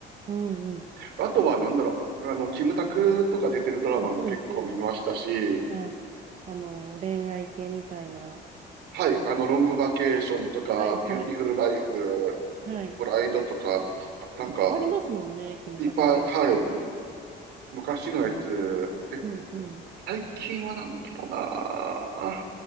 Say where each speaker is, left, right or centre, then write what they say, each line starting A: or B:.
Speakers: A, on the right; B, on the right.
A: うんうん。
B: あとはなんだろう、あの、キムタクとか出てるドラマも結構見ましたし、
A: うんうんうん。あ、あの、恋愛系みたいな。
B: はい、あの、ロングバケーションとか、
A: はいはい。
B: ビューティフルライフ、
A: はい。
B: プライドとか、なんか、
A: いっぱいありますもんね、キムタクのドラマって。
B: いっぱい、はい、昔のやつ。で、
A: うんうん。
B: 最近はなんだろうな。